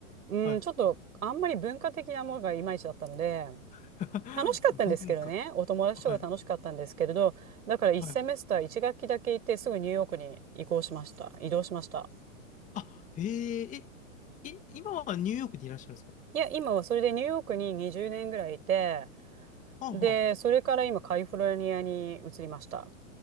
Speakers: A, on the right (about 90°); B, on the left (about 20°).
A: うん、
B: はい。
A: ちょっとあんまり文化的なものがいまいちだったので、
B: <laughs>
A: 楽しかったんですけどね、
B: 文化。
A: お友達とか楽しかったんですけれど、
B: はい。
A: だから1セメスター1学期だけ行ってすぐニューヨークに移行しました。
B: はい。
A: 移動しました。
B: あ、えええ、え、今はニューヨークにいらっしゃるんですか
A: いや、今はそれでニューヨークに20年ぐらいいて、
B: はあは
A: で、それから今カリフォルニアに移りました。